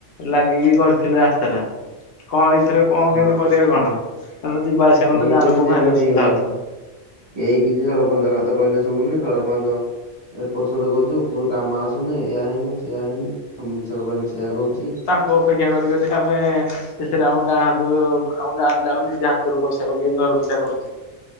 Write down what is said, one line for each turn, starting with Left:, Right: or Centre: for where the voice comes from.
Left: ଲାଗି କରିଥିଲୁ ରାସ୍ତା ଟା କଣ ଏଇଥରେ କଣ
Right: ହଁ
Left: କେମିତି କରିବା କଣ ସେ ଯିବା ଆସମେ
Right: ଏଇଥିରେ
Left: ଗାଁ ଲୋକ
Right: ବି ସେମିତି
Left: ଭାରି ଅସୁବିଧା ହଉଥିବ
Right: କେହି କିଛି ସରପଞ୍ଚ କଥା କହିଲେ ଶୁଣୁନି ସରପଞ୍ଚ ଏପଟ ସେପଟ କହୁଛୁ ପୁରର କାମ ଆସୁନି ଏୟ ହେଇନି ସେଆ ହେଇନି ସମଷକ କହି ସେଇଆ କହୁଛି
Left: କୁ ଅପେକ୍ଷା କରିବ ଯଦି ଆମେ ସେଥିରେ ଆମ ଗାଁ ହାତରୁ ଆମ ଗାଁ ବ ଆମେ ନିଜେ ହାତରୁ ପଇସା ପକେଇି ଘର ପିଛା କରୁଛେ